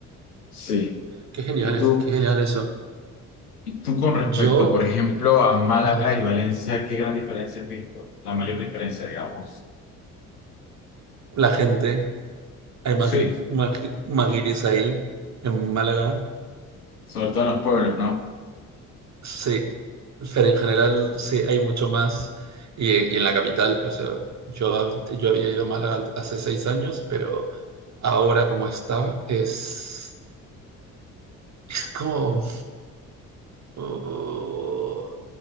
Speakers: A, on the left; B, on the right.
A: sí.
B: qué genial
A: Y
B: es,
A: tú,
B: qué genial eso.
A: y tú con respecto,
B: Yo,
A: por ejemplo, a Málaga
B: ah,
A: y Valencia, ¿qué gran diferencia has visto? La mayor diferencia, digamos.
B: la gente, hay
A: Sí.
B: magui- magui- maguires ahí en Málaga.
A: Sobre todo en los pueblos, ¿no?
B: Sí, pero en general sí hay mucho más. Y, y en la capital, o sea, yo, hab- yo había ido a Málaga ant- hace seis años, pero ahora como está, es, es como, oh,